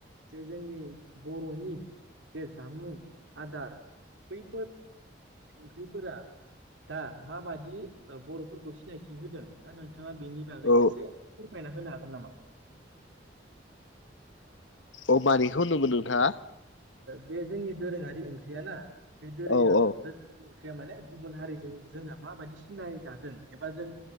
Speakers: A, on the right; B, on the left.
A: जे जोंनि बर'नि जे जामुं आदार बैफोर ओंख्रिफोरा दा माबादि बर'फोरखौ सिनायथि होदों दा नोंथाङा बेनि बागै
B: औ
A: एसे फोरमायना होनो हागोन नामा
B: अ मानिखौ होनदोंमोन नोंथाङा
A: बे जोंनि दोरोङारि ओंख्रियाना बे दोरिया
B: औ औ
A: ओंख्रिया माने गुबुन हारिजों जोंहा माबायदि सिनाय जादों एबा जों